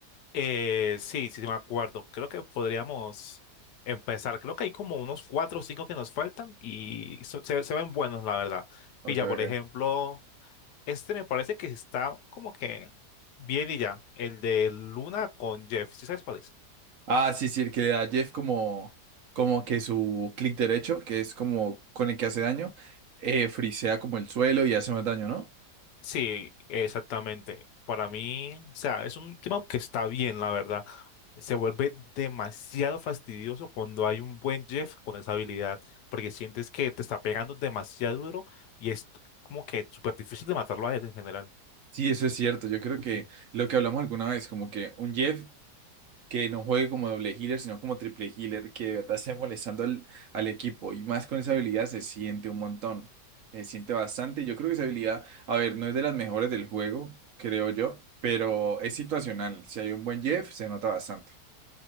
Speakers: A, on the left; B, on the right.
A: Eh, sí, sí, sí me acuerdo. Creo que podríamos empezar. Creo que hay como unos cuatro o cinco que nos faltan y so- se, se ven buenos, la verdad.
B: Ok,
A: Pilla,
B: ok.
A: por ejemplo, este me parece que está como que bien y ya. El de Luna con Jeff. ¿Sí sabes cuál es?
B: Ah, sí, sí, el que le da a Jeff como, como que su clic derecho, que es como con el que hace daño, eh, frisea como el suelo y hace más daño, ¿no?
A: Sí, exactamente. Para mí, o sea, es un tema que está bien, la verdad. Se vuelve demasiado fastidioso cuando hay un buen Jeff con esa habilidad, porque sientes que te está pegando demasiado duro y es como que súper difícil de matarlo a él en general.
B: Sí, eso es cierto. Yo creo que lo que hablamos alguna vez, como que un Jeff que no juegue como doble healer, sino como triple healer, que de verdad esté molestando al, al equipo y más con esa habilidad se siente un montón, se siente bastante. y Yo creo que esa habilidad, a ver, no es de las mejores del juego, creo yo, pero es situacional. Si hay un buen Jeff, se nota bastante.